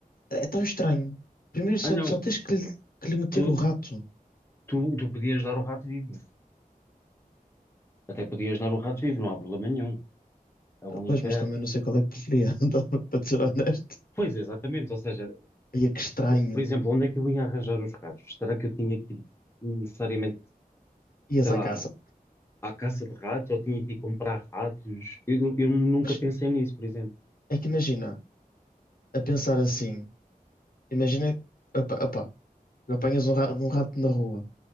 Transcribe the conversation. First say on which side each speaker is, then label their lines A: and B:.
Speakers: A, on the left; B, on the left.
A: É tão estranho. Primeiro só,
B: Ah, não,
A: só tens que lhe, que lhe meter
B: tu,
A: o rato.
B: tu, tu podias dar o rato vivo. Até podias dar o rato vivo, não há problema nenhum. A única.
A: Pois, mas também não sei qual é que preferia, <laughs> então, para ser honesto.
B: Pois, exatamente. Ou seja,
A: Ia que estranho.
B: por exemplo, onde é que eu ia arranjar os ratos? Será que eu tinha que ir necessariamente,
A: Ias
B: sei lá,
A: à caça.
B: à caça de ratos ou tinha que ir comprar ratos? Eu, eu nunca
A: Mas
B: pensei nisso, por exemplo.
A: é que imagina, a pensar assim, imagina, opa, opa, apanhas um rato, um rato na rua.